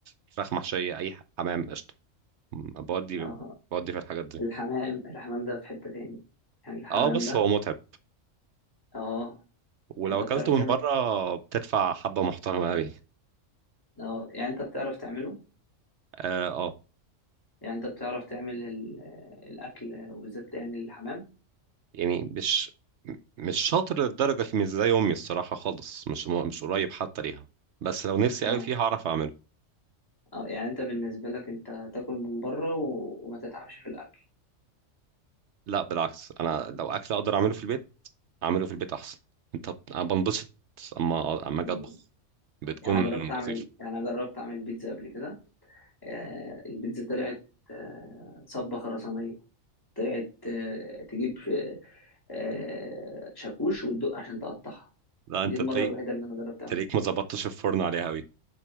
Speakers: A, on the right (about 65°); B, on the left (about 15°).
A: فراخ محشية أي ح- حمام قشطة بودي
B: اه
A: بودي في الحاجات دي
B: الحمام الحمام ده في حته تاني يعني الحمام
A: اه بس
B: ده
A: هو متعب
B: اه
A: ولو
B: انت
A: أكلته
B: بتعرف تعمل
A: من بره بتدفع حبة محترمة أوي
B: اه يعني انت بتعرف تعمله
A: اه آه.
B: يعني انت بتعرف تعمل ال... الاكل وبالذات يعني الحمام
A: يعني مش مش شاطر للدرجة في مش زي أمي الصراحة خالص مش مش قريب حتى ليها بس لو نفسي
B: اه
A: أوي فيها هعرف أعمله
B: اه يعني انت بالنسبه لك انت تاكل من بره و... وما تتعبش في الاكل
A: لا بالعكس أنا لو أكل أقدر أعمله في البيت اعمله في البيت احسن انت بت- انا بنبسط اما اما
B: مم.
A: اجي اطبخ بتكون
B: يعني أنا جربت أعمل
A: لطيفه
B: يعني أنا جربت أعمل بيتزا قبل كده آه، البيتزا طلعت آه، صبة خرسانية طلعت آه، تجيب آه، شاكوش وتدق عشان تقطعها
A: لا
B: دي
A: انت
B: المرة
A: تلاقيك
B: الوحيدة اللي أنا جربت أعمل
A: تلاقيك
B: فيها
A: ما ظبطتش الفرن عليها قوي